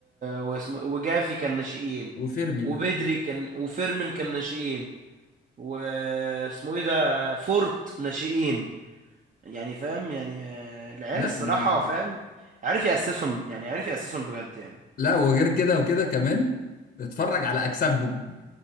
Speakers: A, on the right (about 40°); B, on the left (about 50°).
A: واسمه وجافي كان ناشئين
B: وفيرمين
A: وبدري كان وفيرمين كان ناشئين واسمه ايه ده فورت ناشئين يعني فاهم يعني آه، العيال
B: لا
A: الصراحة
B: ما
A: فاهم عارف يأسسهم يعني عارف يأسسهم بجد يعني
B: لا وغير كده وكده كمان اتفرج على اجسامهم